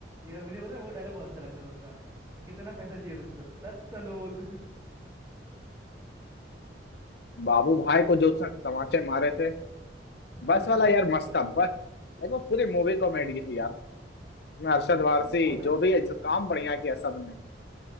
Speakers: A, on the right; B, on the left.
A: यार मुझे पता है वो डायलॉग बहुत अच्छा लगता था उसका कितना पैसा चाहिए था उसको दत्तलोल
B: बाबू
A: हाँ,
B: भाई को जो उसने तमाचे मारे थे
A: <laughs>
B: बस वाला यार
A: अरे
B: मस्त
A: भाई
B: था बस लेकिन वो पूरी मूवी कॉमेडी थी यार उसमें अरशद वारसी
A: हाँ बहुत
B: जो
A: ज्यादा
B: भी है, जो काम बढ़िया किया सबने